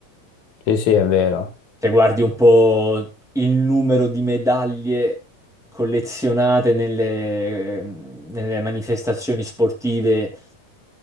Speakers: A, on the left (about 60°); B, in the centre.
A: Sì, sì, è vero.
B: Se guardi un po' il numero di medaglie collezionate nelle, nelle manifestazioni sportive,